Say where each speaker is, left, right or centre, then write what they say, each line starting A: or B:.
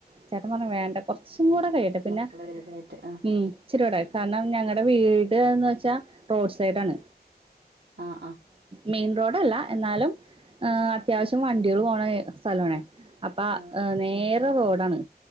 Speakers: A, on the right; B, on the right.
A: ചേട്ടൻ പറഞ്ഞു വേണ്ട കൊ കുറച്ചും കൂടെ കഴിയട്ടെ പിന്നെ
B: മക്കള് വലുതായിട്ട് ആ
A: ഉം ഇച്ചിരൂടെ കാരണം ഞങ്ങടെ വീട്ന്ന് വെച്ചാ റോഡ് സൈഡ് ആണ്
B: ആഹ് ആഹ്
A: മെയിൻ റോഡല്ല എന്നാലും അത്യാവശ്യം
B: ആ
A: വണ്ടികൾ പോണ സ്ഥലാണേ അപ്പൊ
B: ആ
A: നേരെ റോഡാണ്